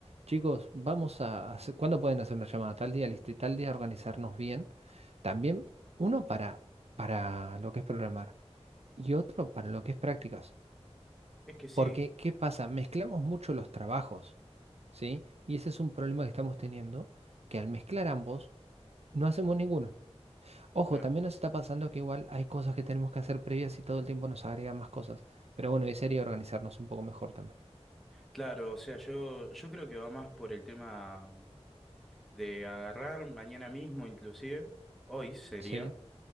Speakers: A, on the right; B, in the centre.
A: chicos, vamos a hacer, ¿cuándo pueden hacer una llamada? Tal día, listo, y tal día organizarnos bien. También uno para, para lo que es programar y otro para lo que es prácticas.
B: es que sí,
A: Porque, ¿qué pasa? Mezclamos mucho los trabajos, ¿sí? Y ese es un problema que estamos teniendo, que al mezclar ambos, no hacemos ninguno. Ojo,
B: claro.
A: también nos está pasando que igual hay cosas que tenemos que hacer previas y todo el tiempo nos agregan más cosas. Pero bueno, y sería organizarnos un poco mejor también.
B: Claro, o sea, yo, yo creo que va más por el tema de agarrar mañana mismo, inclusive, hoy sería,
A: Sí,